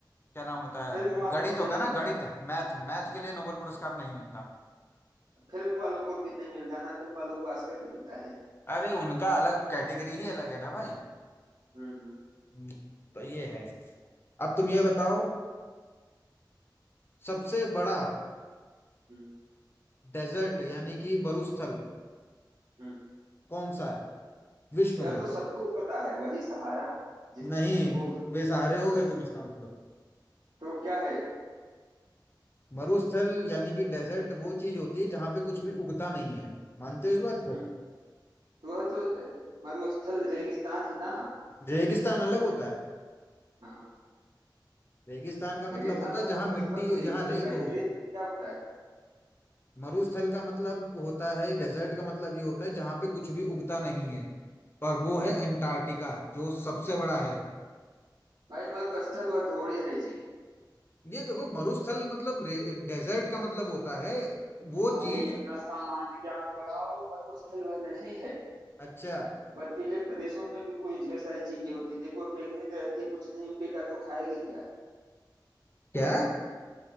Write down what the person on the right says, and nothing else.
फिल्म वालों
को
नहीं
मिलता
है।
फिल्म वालों को भी नहीं मिलता ना फिल्म वालों को ऑस्कर मिलता है
हम्म
हम्म
हम्म
हम्म
यह
तो सबको पता है वही सहारा जिसने
सबको
हाँ
तो क्या है
हम्म तो वह तो मरुस्थल रेगिस्तान ही ना
हाँ
रेगिस्तान
और
मरुस्थल
तो एक
ही है
भाई
रेत में क्या उगता है
हम्म,
हम्म।
हम्म।
भाई मरुस्थल वह थोड़े है जी
भाई
अपना सामान्य ज्ञान बढ़ाओ मरुस्थल वह नहीं है
बर्फीले प्रदेशों में भी कुछ ढेर सारी चीजें होती देखो पेंगुइन रहती है कुछ नहीं उगेगा तो खाएगी क्या